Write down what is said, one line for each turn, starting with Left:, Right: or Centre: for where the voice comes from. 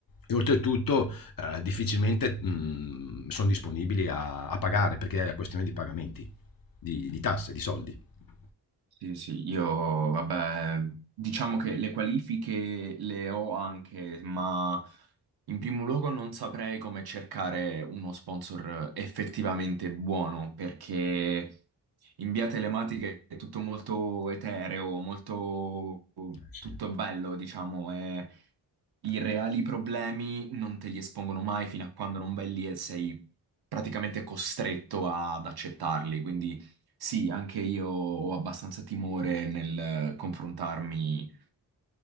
Left: e oltretutto eh, difficilmente sono disponibili a, a pagare perché è una questione di pagamenti di, di tasse, di soldi. Eh
Right: Sì, sì, io, vabbè, diciamo che le qualifiche le ho anche, ma in primo luogo non saprei come cercare uno sponsor effettivamente buono, perché in via telematica è tutto molto etereo, molto
Left: sì,
Right: tutto bello, diciamo, e I reali problemi non te li espongono mai fino a quando non vai lì e sei praticamente costretto a- ad accettarli. Quindi sì, anche io ho abbastanza timore nel confrontarmi